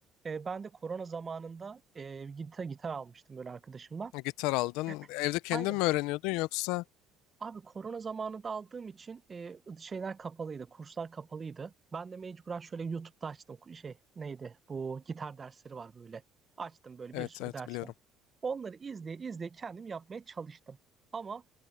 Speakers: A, on the right; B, on the left.
A: e, ben de korona zamanında e, gitar, gitar almıştım böyle arkadaşımla.
B: Gitar aldın. Evde
A: <clears throat>
B: kendin
A: Aynen.
B: mi öğreniyordun yoksa?
A: Abi korona zamanında aldığım için e, şeyler kapalıydı, kurslar kapalıydı. Ben de mecburen şöyle YouTube'da açtım şey neydi bu gitar dersleri var böyle. Açtım böyle
B: Evet
A: bir sürü
B: evet
A: ders
B: biliyorum.
A: var. Onları izleye izleye kendim yapmaya çalıştım. Ama